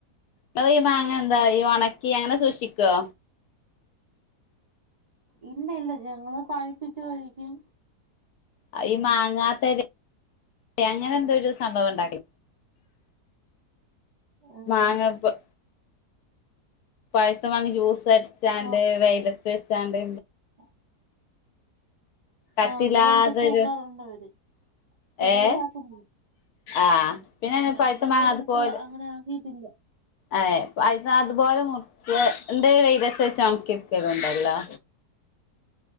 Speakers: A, on the left; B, on the right.
A: ഇങ്ങളീ മാങ്ങ എന്താ ഈ ഒണക്കി അങ്ങനെ സൂക്ഷിക്കോ
B: ഇല്ല ഇല്ലാ ഞങ്ങള് പഴിപ്പിച്ച് കഴിക്കും
A: ആഹ് ഈ മാങ്ങാത്തെരെ അങ്ങനെ എന്തോരു സംഭവം ഇണ്ടാക്കി
B: ഏഹ്
A: മാങ്ങ പ പഴുത്ത മാങ്ങ ജ്യൂസടിച്ചാണ്ട്
B: മ
A: വെയിലത്ത് വെച്ചാണ്ട്
B: <inaudible>
A: കട്ടില്ലാതൊരു
B: ആഹ് അങ്ങനെ എന്തൊക്കെ ആക്കാറുണ്ടവര് ചെലവര്
A: ഏഹ്
B: <unintelligible>
A: ആഹ് പിന്നെ
B: ആഹ് ഞങ്ങള്
A: പഴുത്ത
B: ഇത്
A: മാങ്ങ
B: വരെയായിട്ട്
A: അതുപോലെ
B: അങ്ങനെ ആക്കീട്ടില്ലാ
A: ഏഹ് അയ്ന്ന് അതുപോലെ മുറിച്ചാണ്ട് വെയ്ലത്ത് വെച്ച് ഒണക്കിയെട്ക്കല്ണ്ടല്ലോ